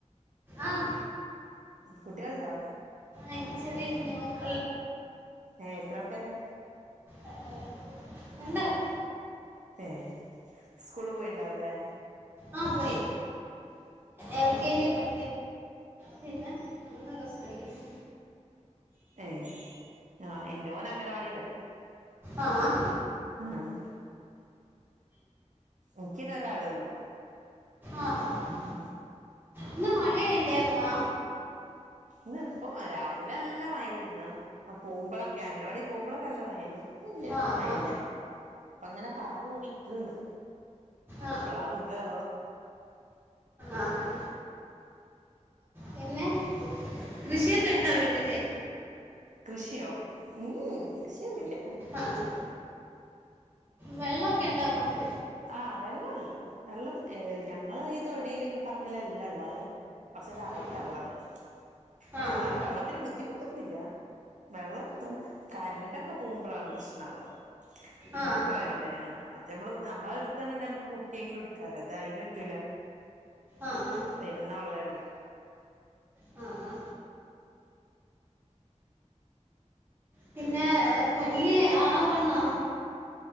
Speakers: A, on the right (about 15°); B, on the right (about 80°).
A: ആഹ
B: കുട്ടികളണ്ടോ
A: ആക്ക ശരിപ്പ നി മക്ക
B: ഏ എത്ര ആൾക്കാര
A: ആ ഉന്താണ്
B: ഏ സ്കൂള് പോയിണ്ടാവലേ
A: ആഹ പോയി എൽ കെ ജി പഠ പിന്നെ ന്ന കസടിക്കുന്നു
B: ഏ ആഹ എന്റെറെ മോന അങ്ങന പാടില്ല
A: ആഹ
B: ഉങ്ങ എിക്കനെ ഒരാളേ ഉള്ളു
A: ആഹ് ആഹ്
B: ഉം
A: ഇന്ന് മഴയ ഇല്ലായിരുന്നാ
B: ഇ ഇപ്പൊ രാവിലെ അല്ല നല്ല മഴ ഇരുന്നു പോകുമ്പോളൊക്കെ അംഗനവാടി പോകുമ്പോളൊക്കെ എല്ല മഴനു വല്
A: ആഹ്
B: മഴല്ല അപ്പ അങ്ങനെ കാറ് ഓടിക്കണ്ട്
A: ആഹ്
B: എപ്പളാവുകോ
A: ആഹ പിന്നെ കൃഷിയൊക്കെ ഇണ്ടാവട്ടില്ലേ
B: അച്ഛനോ കൃഷിയോ ഉം കൃഷിയൊന്നില്ല
A: ആഹ് വെള്ളമൊക്കെ ഇണ്ടോ അങ്ങോട്ടെ
B: ആഹ് വെള്ളുണ്ട് വെള്ളം ഞങ്ങള് ഈ തൊടിൽ ഈ പറമ്പില എല്ലാം ഉള്ളത കുറച്ച ഇത്ാഴത്തള്ള
A: ആഹ്
B: വരും പക്ഷെ
A: ആഹ്
B: എന്നാലും വെള്ളത്തിന് ബുദ്ധിമുട്ടൊന്നുംില്ല വെള്ളം എത്തും കരണ്ടൊക്കെ പോകുമ്പോളാണ് കൃഷ്ണവ്
A: ആഹ് ആഹ്
B: മോട്ടർ ആയോണ്ടേ ആ മ മ്മള് നമ്മളെ അടുത്തണണ്ടെ നമുക്ക് മുക്കിയെങ്കിലും എടുക്കാാലോ അത് അയിനറ്റൂല
A: ആഹ്
B: പെരുന്ന വള്ളയേള്ളൂ
A: ആ ആ പിന്നെ ഹെ കൊഞ്ഞ് ആണോ പെണ്ണോ